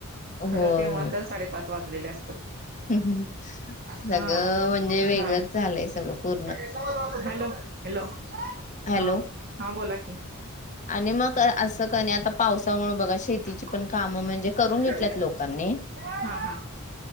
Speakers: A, on the left; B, on the right.
A: होय
B: खरं तेव्हा
A: होय
B: तर साडेपाच वाजलेले असतात.
A: सगळं
B: हा
A: म्हणजे वेगळंच
B: हा
A: झालंय सगळं.
B: <unintelligible>
A: पूर्ण
B: हॅलो हॅलो.
A: हॅलो
B: हा हा बोला क- के.
A: आणि मग असं क नाही आता पावसामुळ बाघा शेती
B: कॉल
A: पण
B: चालू
A: का म्हणजे करून
B: आहे.
A: घेतल्यात लोकांनी,
B: हा हा.